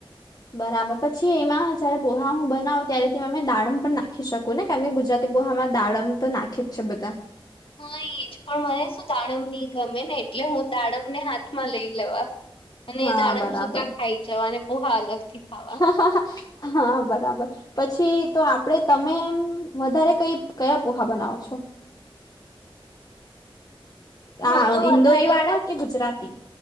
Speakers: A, on the left; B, on the left.
A: બરાબર પછી એમાં જ્યારે પોહા હું બનાવું ત્યારે તેમાં અમે દાડમ પણ નાખી શકું ને કારણ કે ગુજરાતી પોહામાં દાડમ તો નાખે જ છે બધા.
B: હા એજ પણ મને શું દાડમ ની ગમે ને એટલે હું દાડમને હાથમાં લઈ લેવા. અને
A: હા
B: દાડમ
A: બરાબર
B: સુકા ખાઈ જવા અને પોહા અલગ થી ખાવા.
A: હા હા. હં બરાબર. પછી તો આપડે તમે, એમ વધારે કઈ કયા પોહા બનાવો છો? આ
B: હું તો
A: ઇન્દોરી
B: વધારે
A: વાળા
B: પણ
A: કે ગુજરાતી?